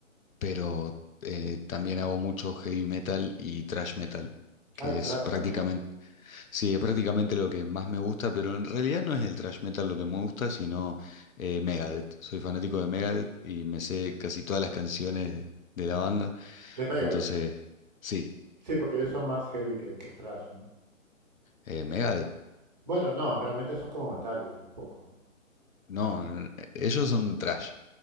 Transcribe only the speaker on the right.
Hay thrash
también.
De Megadeth.
Sí, porque ellos son más heavy que, que thrash, ¿no?
Bueno, no, realmente son como Metallica, un poco, ¿no?